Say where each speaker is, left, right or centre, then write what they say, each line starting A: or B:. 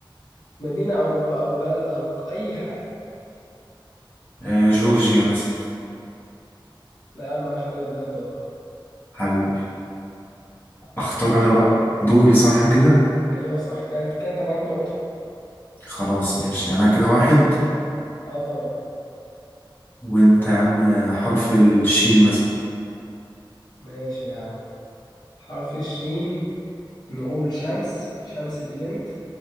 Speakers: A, on the left; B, on the left.
A: مدينة أو أو بلد أو أي حاجة
B: آه جورجيا مثلا
A: لا ما عاش عليك بجد والله
B: حبيبي اختار انا بقى دوري صح كده
A: أيوة صح كانت كانت معاك نقطة
B: خلاص ماشي انا كده واحد
A: أه طبعا
B: وانت يا عم آه، حرف الشين مثلا
A: ماشي يا عم حرف الشين نقول شمس شمس دي بنت